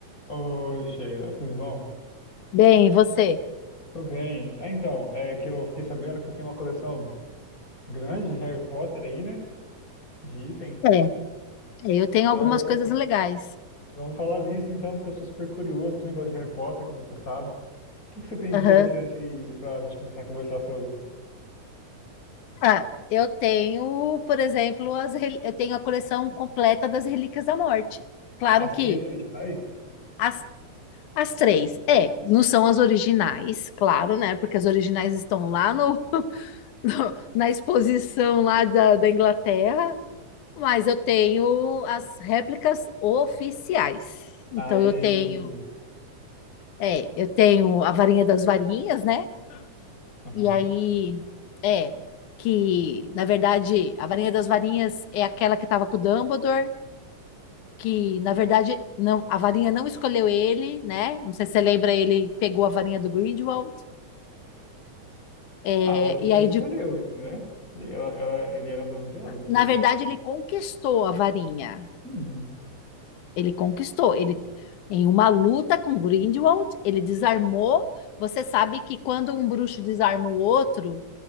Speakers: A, on the left; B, on the left.
A: Oi, Sheila, tudo bom?
B: Bem, e você?
A: Tudo bem. Ah, então, é que eu fiquei sabendo que você tem uma coleção grande de Harry Potter aí, né? De item.
B: É, eu tenho
A: Ah,
B: algumas
A: eu quero...
B: coisas legais.
A: Vamos falar disso então, porque eu sou super curioso, também gosto de Harry Potter, como você sabe. O que que você tem de
B: Aham.
A: interessante aí pra gente começar a conversar sobre?
B: Ah, eu tenho, por exemplo, as, rel- eu tenho a coleção completa das Relíquias da Morte. Claro
A: As
B: que
A: três originais?
B: as, as três, é, não são as originais, claro, né? Porque as originais estão lá no, <laughs> no- na exposição lá da, da Inglaterra, mas eu tenho as réplicas oficiais. Então
A: Aí.
B: eu tenho, é, eu tenho a varinha das varinhas, né?
A: Aham.
B: E aí, é, que, na verdade, a varinha das varinhas é aquela que estava com o Dumbledore, que, na verdade, não, a varinha não escolheu ele, né? Não sei se você lembra, ele pegou a varinha do Grindelwald, é,
A: Ah, ela,
B: e aí,
A: ela escolheu
B: de,
A: ele, né? Ela, ela- ele era dono dela depois.
B: na verdade, ele conquistou a varinha.
A: Sim,
B: Ele conquistou, ele... Em uma luta com Grindelwald, ele desarmou. Você sabe que quando um bruxo desarma o outro